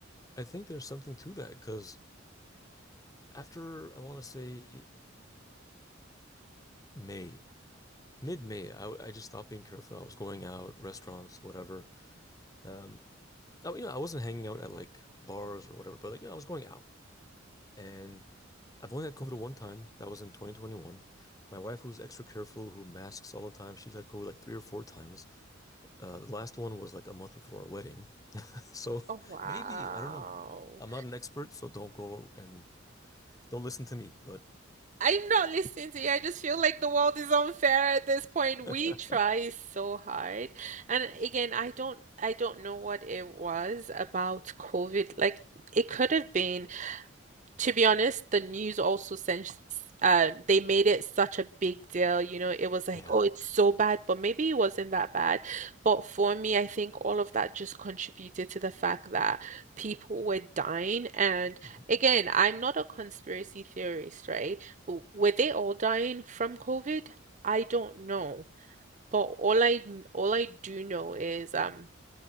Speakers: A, on the left (about 20°); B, on the right (about 40°).
A: I think there's something to that because after I want to say May, mid-May, I I just stopped being careful. I was going out, restaurants, whatever. Um, I, you know, I wasn't hanging out at like bars or whatever, but like you I was going out, and I've only had COVID one time. That was in 2021. My wife, who's extra careful, who masks all the time, she's had COVID like three or four times. Uh, the last one was like a month before our wedding, <laughs> so
B: Oh, wow.
A: maybe I don't know. I'm not an expert, so don't go and don't listen to me, but.
B: I'm not listening to you. I just feel like the world is unfair at this point.
A: <laughs>
B: We try so hard. And again, I don't I don't know what it was about COVID. Like it could have been to be honest, the news also sent, um, they made it such a big deal. You know, it was like,
A: Yeah.
B: oh, it's so bad, but maybe it wasn't that bad. But for me, I think all of that just contributed to the fact that people were dying. And
A: Mhm.
B: again, I'm not a conspiracy theorist, right? But were they all dying from COVID? I don't know. But all I all I do know is um